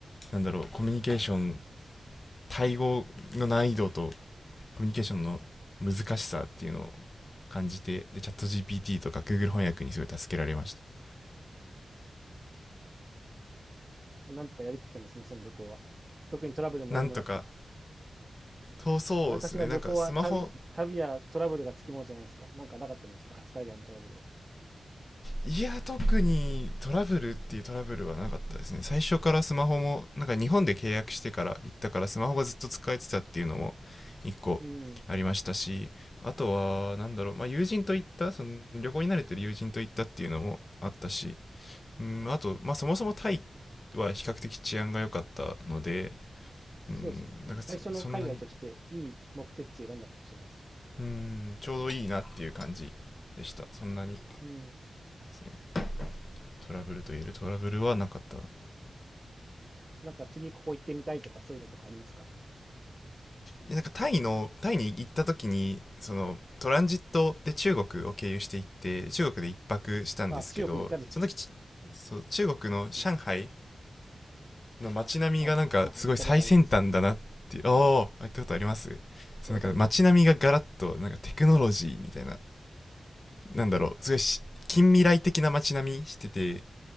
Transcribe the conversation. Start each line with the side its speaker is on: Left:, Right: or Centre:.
Left: なんだろうコミュニケーションタイ語の難易度とコミュニケーションの難しさっていうのを感じてでチャット GPT とか Google 翻訳にすごい助けられました
Right: なんとかやりきったんですね、その旅行は。特にトラブルも何もなく。
Left: なんとかそうそうですねなんかスマホ
Right: なんかしら旅行は旅、旅やトラブルがつきものじゃないですか。なんかなかったんですか初海外のトラブルは。
Left: いや特にトラブルっていうトラブルはなかったですね最初からスマホもなんか日本で契約してから行ったからスマホがずっと使えてたっていうのも1個ありましたしあとはなんだろう、
Right: うん。
Left: まあ、友人と行ったその旅行に慣れてる友人と行ったっていうのもあったしうんあと、まあ、そもそもタイは比較的治安が良かったのでうんなんかそそんなに
Right: そうですね。なんか最初の海外としていい目的地選んだかもしれないです。
Left: うんちょうどいいなっていう感じでしたそんなにで
Right: うん。
Left: すねトラブルと言えるトラブルはなかった
Right: なんか次ここ行ってみたいとかそういうのとかありますか
Left: いやなんかタイのタイに行った時にそのトランジットで中国を経由していって中国で一泊したんですけどその時ちそう中国の上海
Right: あ、中国行ったんですね。うん、いいですね。
Left: の街並みがなんかすごい最先端だなってああ行ったことありますそうなんか街並みがガラッとなんかテクノロジーみたいな
Right: はい。上海行ったことあります。行ったことあります。はい。
Left: なんだろうすごいし近未来的な街並みしてて